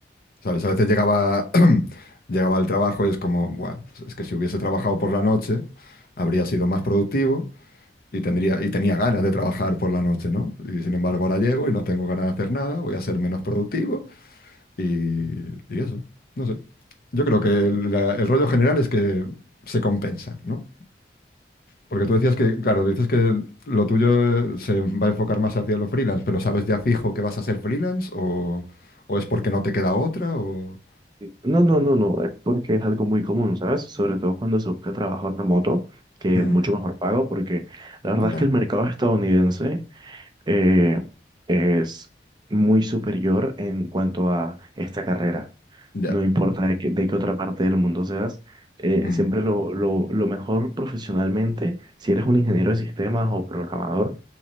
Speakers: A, on the left (about 55°); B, on the right (about 25°).
A: ¿Sabes? A veces llegaba, <clears throat> llegaba al trabajo y es como, Buah, es que si hubiese trabajado por la noche, habría sido más productivo y tendría, y tenía ganas de trabajar por la noche, ¿no? Y sin embargo ahora llego y no tengo ganas de hacer nada, voy a ser menos productivo y, y eso, no sé. Yo creo que el, la- el rollo general es que se compensa, ¿no? Porque tú decías que, claro, dices que lo tuyo eh, se va a enfocar más hacia lo freelance, pero ¿sabes ya fijo que vas a ser freelance o, o es porque no te queda otra o...
B: No, no, no, no, es porque es algo muy común, ¿sabes? Sobre todo cuando se busca trabajo remoto, que
A: Mm,
B: es mucho mejor pago, porque la verdad
A: ya,
B: es que el mercado estadounidense eh, es muy superior en cuanto a esta carrera.
A: ya,
B: No importa de qué, de qué otra parte del mundo seas, eh,
A: mm,
B: siempre lo, lo, lo mejor profesionalmente, si eres un ingeniero de sistemas o programador,